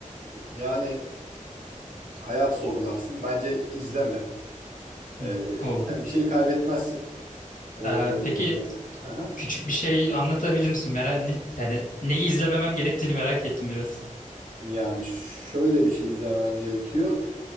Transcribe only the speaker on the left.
Hı.
Oh.
Ee, peki
küçük bir şey anlatabilir misin? Merak, yani neyi izlememem gerektiğini merak ettim biraz.